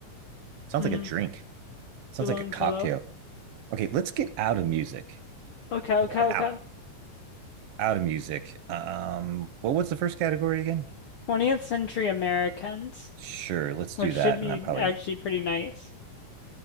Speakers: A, on the right; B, on the left.
A: Sounds
B: Mm-hmm.
A: like a drink. Sounds
B: Violoncello.
A: like a cocktail. Okay, let's get out of music.
B: Okay, okay, okay.
A: Out out of music. Um, well, what's the first category again?
B: 20th century Americans,
A: Sure, let's
B: which
A: do
B: should
A: that.
B: be
A: And I'm probably
B: actually pretty nice.